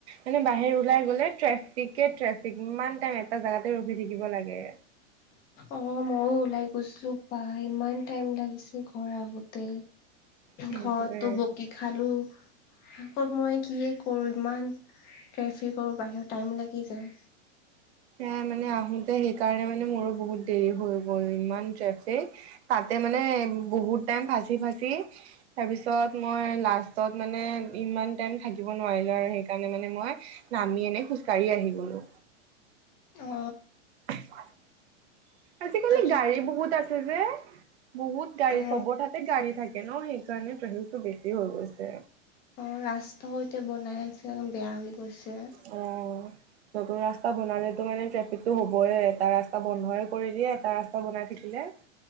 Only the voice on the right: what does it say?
মানে বাহিৰত ওলাই গ'লে ট্ৰেফিকে ট্ৰেফিক ইমান টাইম এটা জোগাতে ৰখি থাকিব লাগে।
সেইটোৱে
সেয়াই মানে আহোঁতে সেইকাৰণে মানে মোৰো বহুত দেৰি হৈ গ'ল ইমান ট্ৰেফিক। তাতে মানে বহুত টাইম ফাচি ফাচি তাৰপিছত মই লাষ্টত মানে ইমান টাইম থাকিব নোৱাৰিলো আৰু সেইকাৰণে মানে মই নামি এনে খোজ কাঢ়ি আহি গলো
উ <unintelligible> আজিকালি
গাড়ী বহুত আছে যে বহুত গাড়ী
চবৰ তাতে গাড়ী থাকে থাকে ন সেইকাৰণে ট্ৰেফিকটো বেছি হৈ গৈছে
অ নতুন ৰাস্তা বনালেতো মানে ট্ৰেফিকটো হ'বই এটা ৰাস্তা বন্ধইে কৰি দিয়ে এটা ৰাস্তা বনাই থাকিলে